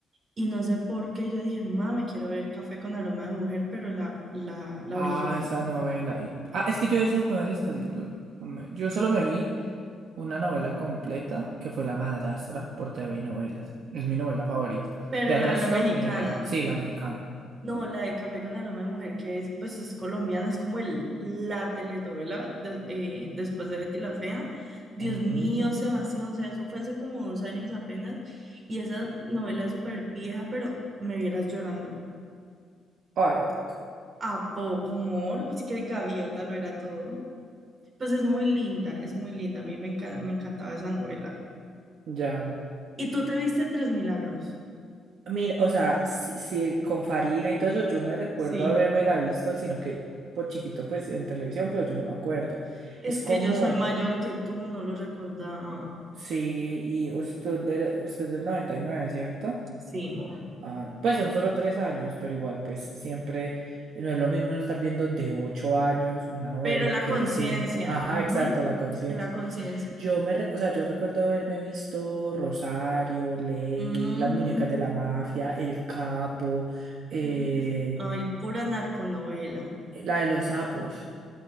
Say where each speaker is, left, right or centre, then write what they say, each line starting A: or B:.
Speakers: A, on the right (about 45°); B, on the right (about 70°).
A: Y no sé por qué yo dije, mami, quiero ver Café con aroma de mujer, pero la, la, la
B: Ah,
A: original.
B: esa novela. y- Ah, es que yo esas novelas casi... Yo, me- yo solo me vi una novela completa que fue La Madrastra por TV y Novelas. Es mi novela favorita.
A: Pero
B: De
A: la,
B: resto,
A: la mexicana.
B: ni idea. Sí, la mexicana.
A: No, la de Café con aroma de mujer, que es, pues, es colombiana, es como el, la telenovela de- eh, después de Betty la Fea. Dios
B: Mm,
A: mío, Sebastián, o sea, eso fue hace como dos años apenas. Y esa novela es súper vieja, pero me vieras llorando.
B: Ay, ¿a poco?
A: A poco humor, o sea que Gaviota lo era todo. Pues es muy linda, es muy linda. A mí me encan- me encantaba esa novela.
B: Ya.
A: ¿Y tú te viste Tres Milagros?
B: Mira, o sea, si, si con Farina y todo eso, yo me recuerdo
A: Sí,
B: haberme la visto, sino que por chiquito, pues en televisión, pero yo no me acuerdo.
A: es
B: Es como,
A: que yo soy mayor que tú, no lo recordaba.
B: sí, y usted, del- usted del noventa y nueve ¿cierto?
A: Sí, amor.
B: Ah, no. pues son solo tres años, pero igual, pues siempre no es lo mismo uno estar viendo de ocho años una novela
A: Pero en la
B: que
A: conciencia,
B: de cinco. Ajá,
A: ujú,
B: exacto, la conciencia.
A: en la conciencia.
B: Yo me, re- o sea, yo recuerdo haberme visto Rosario, Lady,
A: ujú,
B: Las muñecas de la mafia, El Capo, eh,
A: ujú. Ay, pura narconovela.
B: la de los sapos.